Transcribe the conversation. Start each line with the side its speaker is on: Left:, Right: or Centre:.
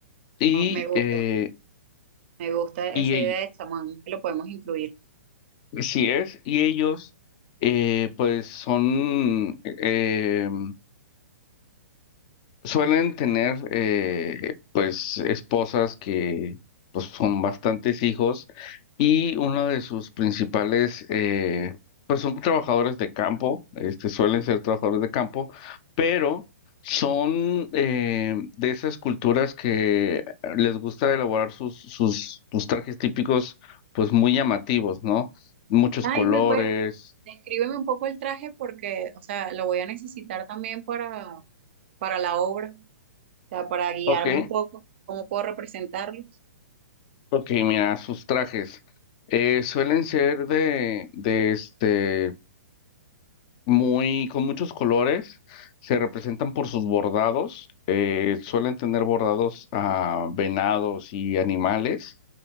Left: Y,
Right: Oh, me gusta,
Left: eh,
Right: me gusta
Left: y
Right: esa
Left: ell-
Right: idea de chamán, que lo podemos incluir.
Left: así es, y ellos, eh, pues son, em, Suelen tener, eh, pues, esposas que, pues, son bastantes hijos y uno de sus principales, eh, pues, son trabajadores de campo, este, suelen ser trabajadores de campo, pero son eh, de esas culturas que les gusta elaborar sus, sus, sus trajes típicos, pues, muy llamativos, ¿no? Muchos
Right: Ay,
Left: colores.
Right: me puede, descríbeme un poco el traje porque, o sea, lo voy a necesitar también para, para la obra, o sea, para guiarme
Left: Ok.
Right: un poco, cómo puedo representarlo.
Left: Ok, mira, sus trajes eh, suelen ser de, de este, muy, con muchos colores, se representan por sus bordados, eh, suelen tener bordados a venados y animales.